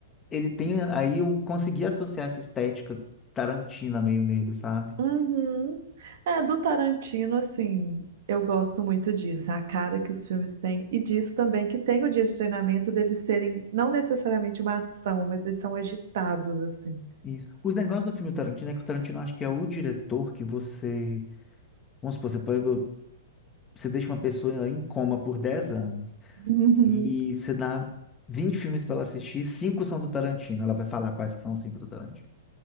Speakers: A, on the left (about 20°); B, on the right (about 65°).
A: ele tem, aí eu consegui associar essa estética tarantina meio nele, sabe?
B: Uhum. É, do Tarantino, assim, eu gosto muito disso, a cara que os filmes têm, e disso também que tem o dia de treinamento deles serem não necessariamente uma ação, mas eles são agitados, assim.
A: Isso. Os negócios do filme Tarantino é que o Tarantino acho que é o diretor que você, vamos supor, você pega, você deixa uma pessoa em coma por 10 anos.
B: Uhum.
A: E você dá 20 filmes para ela assistir, cinco são do Tarantino. Ela vai falar quais que são os cinco do Tarantino.